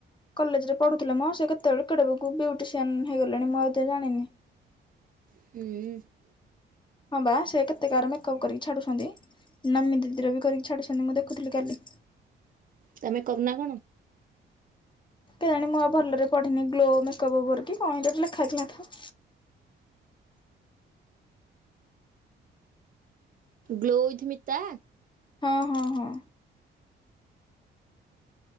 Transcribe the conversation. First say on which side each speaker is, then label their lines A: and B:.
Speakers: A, on the left (about 25°); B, on the right (about 45°).
A: କଲେଜ ରେ ପଢ଼ୁଥିଲେ ମୋ ସେ କେତେବେ <unintelligible> ବ ବୁଟିସିଆନ୍ ହେଇଗଲେଣି ମୁଁ ଆଉ ଏତେ ଜାଣିନି,
B: ହୁଁ,
A: ହଁ ବା ସେ କେତେ କା ମେକଅପ୍ କରିକି ଛାଡ଼ୁଛନ୍ତି ନମି ଦିଦିର ବି କରିକି ଛାଳିଛନ୍ତି ମୁଁ ଦେଖୁଥିଲି କାଲି,
B: ତମେ କରୁନା କଣ?
A: କେ ଜାଣି ମୁଁ ଆଉ ଭଲରେ ପଢ଼ିନି ଗ୍ଲୋ ମେକଅପ୍ ଉପରକି କଣ ହେଇଟାରେ ଲେଖାହେଇ ଥିଲାତ।
B: Glow with Mita?
A: ହଁ ହଁ ହଁ।